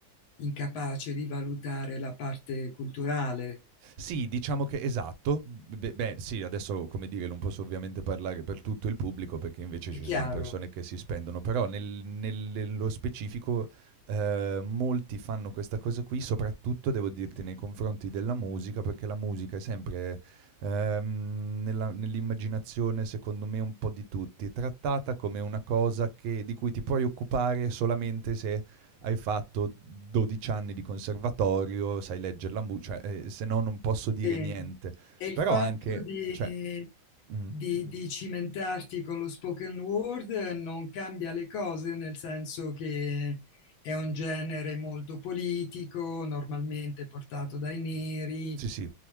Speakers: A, on the left; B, on the right.
A: incapace di valutare la parte culturale,
B: Sì, diciamo che esatto. B beh, sì, adesso, come dire, non posso ovviamente parlare per tutto il pubblico, perché invece
A: è
B: ci
A: chiaro.
B: sono persone che si spendono, però nel nel nello specifico, ehm, molti fanno questa cosa qui, soprattutto devo dirti nei confronti della musica, perché la musica è sempre, ehm, nella nell'immaginazione, secondo me, un po' di tutti, trattata come una cosa che di cui ti puoi occupare solamente se hai fatto 12 anni di conservatorio, sai leggere la musica, cioè, eh, se no non posso dire
A: E,
B: niente.
A: e il
B: Però
A: fatto
B: anche,
A: di,
B: cioè, mm,
A: di, di cimentarti con lo spoken word non cambia le cose, nel senso che è un genere molto politico, normalmente portato dai neri.
B: sì sì,